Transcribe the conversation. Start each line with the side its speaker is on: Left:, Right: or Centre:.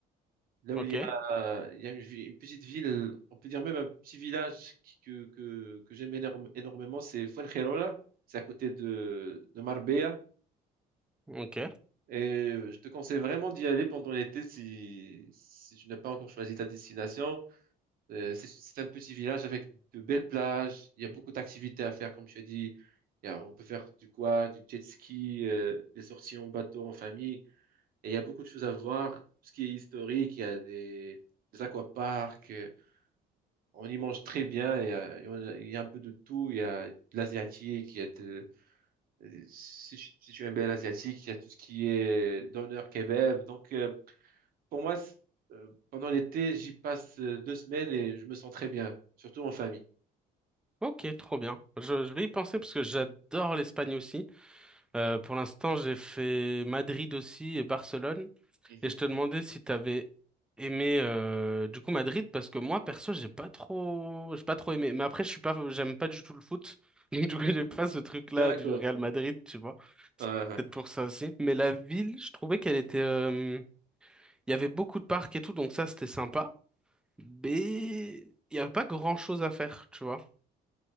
Right: là
Centre: Ok,
Right: où il y a, il y a une, vi- une petite ville, on peut dire même un petit village qui- que, que, que j'aime énorme- énormément, c'est Fuengirola, c'est à côté de, de Marbella.
Centre: ok,
Right: Et je te conseille vraiment d'y aller pendant l'été si, si tu n'as pas encore choisi ta destination. Euh, c'est c'est un petit village avec de belles plages. Il y a beaucoup d'activités à faire, comme tu as dit. Il y a- on peut faire du quad, du jet ski, euh, des sorties en bateau, en famille. Et il y a beaucoup de choses à voir. Tout ce qui est historique, il y a des, des aquaparks. euh, On y mange très bien. Et, euh, et on a- il y a un peu de tout. Il y a de l'asiatique. Il y a de, euh, si, tu- si tu aimes bien l'asiatique, il y a tout ce qui est doner kebab. Donc, euh, pour moi, c'est- euh, pendant l'été, j'y passe euh, deux semaines et je me sens très bien, surtout en famille.
Centre: ok, trop bien. Je, je vais y penser parce que j'adore l'Espagne aussi. Euh, pour l'instant, j'ai fait Madrid aussi et Barcelone.
Right: Mhm.
Centre: Et je te demandais si t'avais aimé euh, du coup Madrid parce que moi perso j'ai pas trop j'ai pas trop aimé mais après je suis pas j'aime pas du tout le foot <laughs> du coup j'ai pas ce truc là
Right: D'accord.
Centre: du Real Madrid tu vois c'est
Right: Ouais, ouais.
Centre: peut-être pour ça aussi mais la ville je trouvais qu'elle était euh, il y avait beaucoup de parcs et tout donc ça c'était sympa mais il y avait pas grand chose à faire tu vois